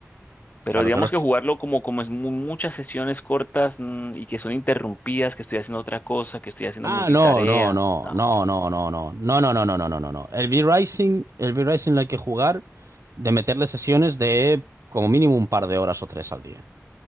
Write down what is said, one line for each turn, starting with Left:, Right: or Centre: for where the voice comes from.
Left: pero
Right: Claro,
Left: digamos
Right: claro.
Left: que jugarlo como, como es mu- muchas sesiones cortas mm, y que son interrumpidas, que estoy haciendo otra cosa, que estoy haciendo
Right: Ah,
Left: multitarea,
Right: no, no, no,
Left: no,
Right: no, no, no, no, no, no, no, no, no, no, no, no. El V-Rising, el V-Rising lo hay que jugar de meterle sesiones de como mínimo un par de horas o tres al día.